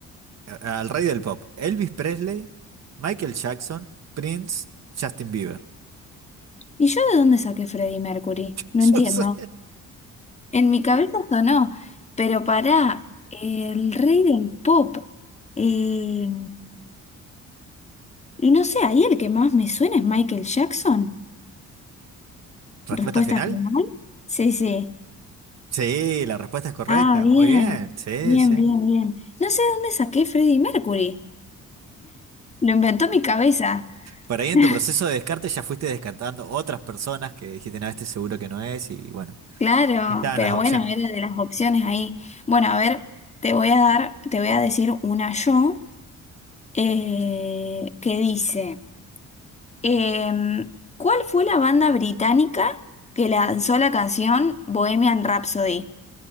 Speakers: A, on the right; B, on the left.
A: a- al rey del pop, Elvis Presley, Michael Jackson, Prince, Justin Bieber.
B: ¿Y yo de dónde saqué Freddie Mercury?
A: <laughs>
B: No entiendo.
A: Yo sé.
B: En mi cabeza sonó, pero para el rey del pop. eh, y no sé, ahí el que más me suena es Michael Jackson.
A: ¿Respuesta
B: Respuesta
A: final?
B: final. Sí, sí.
A: Sí, la respuesta es correcta.
B: Ah, bien,
A: Muy bien. Sí,
B: bien,
A: sí.
B: bien, bien. No sé dónde saqué Freddie Mercury. Lo inventó mi cabeza.
A: Por ahí en
B: <laughs>
A: tu proceso de descarte ya fuiste descartando otras personas que dijiste, no, este seguro que no es, y bueno.
B: Claro,
A: Y estaban
B: pero
A: las opciones.
B: bueno, era de las opciones ahí. Bueno, a ver, te voy a dar, te voy a decir una yo eh, que dice. Em, ¿cuál fue la banda británica que lanzó la canción Bohemian Rhapsody?